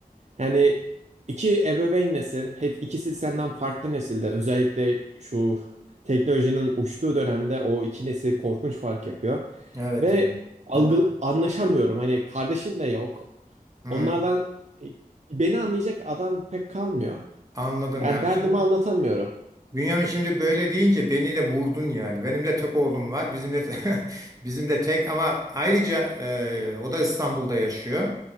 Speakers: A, on the right; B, on the right.
A: Yani iki ebeveynlesin, hep ikisi senden farklı nesilde. Özellikle şu teknolojinin uçtuğu dönemde o iki nesil korkunç fark yapıyor
B: evet
A: ve
B: ya.
A: algı
B: Hı,
A: anlaşamıyorum. Hani kardeşin de yok.
B: hı,
A: Onlardan e, beni anlayacak adam pek kalmıyor.
B: Anladım
A: Yani
B: ya.
A: derdimi
B: Şimdi
A: anlatamıyorum.
B: Bünyamin şimdi böyle deyince beni de vurdun yani. Benim de tek oğlum var. Bizim de <laughs> bizim de tek ama ayrıca e, o da İstanbul'da yaşıyor.